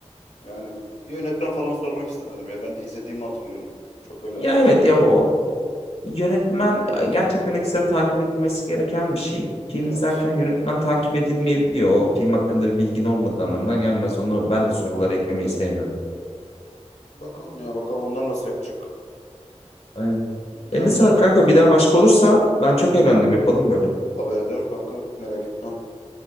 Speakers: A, on the left; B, on the left.
A: Yani yönetmen falan sormak istemedim ya. Ben de izlediğimi hatırlıyorum. Çok öyle
B: Ya
A: araştırma.
B: evet ya o yönetmen gerçekten ekstra takip edilmesi gereken bir şey. Film
A: Evet.
B: izlerken yönetmen takip edilmeyebiliyor. O film hakkında bir bilgin olmadığı anlamına gelmez. Onu ben de sorulara eklemeyi sevmiyorum.
A: Bakalım ya bakalım onlar nasıl yapacak.
B: Aynen. Eline
A: Ben bunlara
B: sağlık
A: bir
B: kanka. Bir daha başka olursa ben çok eğlendim. Yapalım böyle.
A: haber ederim kankam. Merak etme.